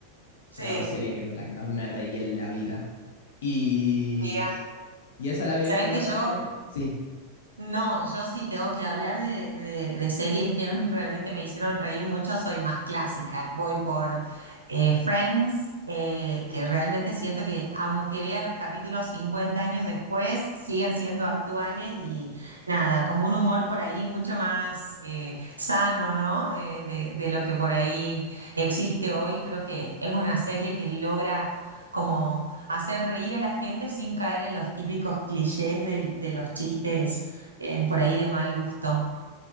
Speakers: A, on the right; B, on the left.
A: sí,
B: son las dos series que, las que más me reí en la vida. Y,
A: mira,
B: y esa la había
A: sabés
B: visto en
A: que
B: la
A: yo
B: pandemia, sí.
A: No, yo sí tengo que hablar de, de- de series que <laughs> realmente me hicieron reír mucho, soy más clásica. Voy por eh, Friends, eh, que realmente siento que aunque vea los capítulos 50 años después, siguen siendo actuales y nada, como un humor por ahí mucho más eh, sano, ¿no? Eh, de, de lo que por ahí existe hoy. Creo que es una serie que logra como hacer reír a la gente sin caer en los típicos clichés del- de los chistes eh, por ahí de mal gusto.